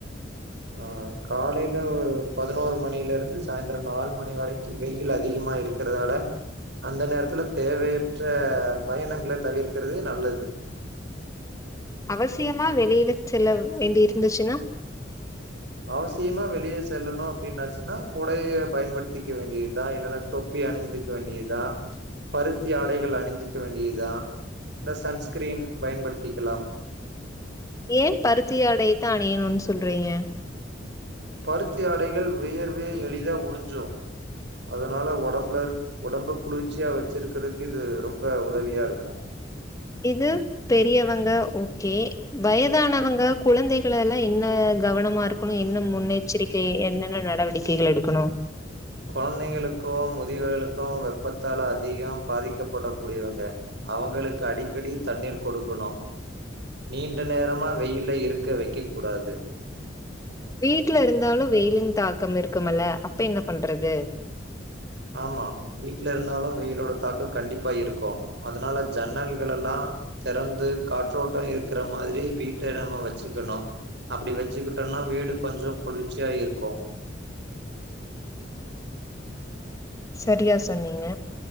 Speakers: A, on the right; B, on the left.
A: ஆஹ் காலையில ஒரு பதினோரு மணியில இருந்து சாய்ந்திரம் நாலு மணி வரைக்கு வெயில் அதிகமா இருக்கிறதால அந்த நேரத்துல தேவையற்ற பயணங்களை தவிர்க்கிறது நல்லது
B: அவசியமா வெளிய செல்ல வேண்டிய இருந்துச்சுன்னா
A: அவசியமா வெளிய செல்லணு அப்டின்னாச்சின்னா குடைய பயன்படுத்திக்க வேண்டியதுதா இல்லனா தொப்பி அணிந்துக்க வேண்டியதுதா பருத்தி ஆடைகள் அணிந்துக்க வேண்டியதுதா இல்ல சன்ஸ்கிரீன் பயன்படுத்திக்கலாம்
B: ஏன் பருத்தியாடை தா அனியனு சொல் சொல்றீங்க
A: பருத்தி ஆடைகள் வியர்வ எளித உறிஞ்சு அதனால உடம்புல இரு ஒடம்ப குளிர்ச்சியா வச்சிருக்கிறதுக்கு இது ரொம்ப உதவியாருக்கோ
B: இது பெரியவங்க ஓகே வயதானவங்க குழந்தைகள எல்லா என்ன கவனமா இருக்கணு என்ன முன்னெச்சரிக்கை என்னென்ன நடவடிக்கைகள் எடுக்கணு
A: குழந்தைங்களுக்கோ முதியவர்களுக்கோ வெப்பத்தால அதிகம் பாதிக்கப்படக்க கூடியவங்க அவங்களுக்கு அடிக்கடி தண்ணீர் கொடுக்கணோ நீண்ட நேரமா வெயில இருக்க வைக்க கூடாது
B: வீட்ல இருந்தாலு வெயிலின் தாக்கம் இருக்குமல அப்ப என்ன பண்றது
A: ஆமா வீட்டுல இருந் இருதாலு வெயிலோட தாக்கம் கண்டிப்பா இருக்கோ அதனால ஜன்னல்கள்லா தறந்து காற்றோட்டம் இருக்கிற மாரி வீட்ட நம்ம வச்சிக்கணு அப்டி வச்சுக்கிட்டோம்னா வீடு கொஞ்சோ குளிர்ச்சியா இருக்கோ
B: செரியா சொன்னீங்க